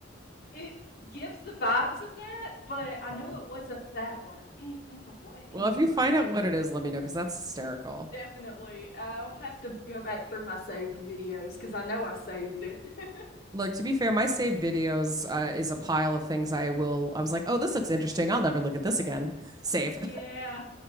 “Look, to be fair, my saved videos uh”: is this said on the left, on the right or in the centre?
Right